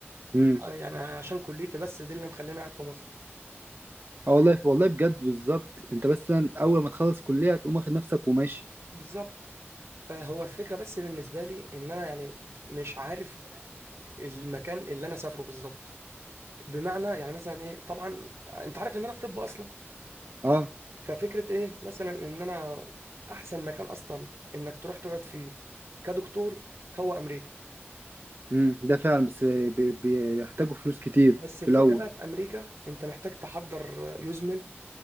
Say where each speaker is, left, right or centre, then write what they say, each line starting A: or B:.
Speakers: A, on the right (about 55°); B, on the right (about 85°).
A: إمم.
B: آه، يعني عشان كليتي بس دي اللي مخليني قاعد في مصر
A: اه والله والله بجد بالظبط انت بس اول ما تخلص كلية تقوم واخد نفسك وماشي
B: بالظبط فهو الفكرة بس بالنسبة لي إن أنا يعني مش عارف المكان اللي أنا سافره بالظبط بمعنى يعني مثلا إيه طبعا أنت عارف إن أنا في طب أصلا
A: اه
B: ففكرة إيه مثلا إن أنا أحسن مكان أصلا إنك تروح تقعد فيه كدكتور هو أمريكا
A: امم ده فعلا بس بي- بيحتاجوا فلوس كتير
B: بس
A: في
B: الفكرة
A: الاول
B: بقى في أمريكا أنت محتاج تحضر يزمل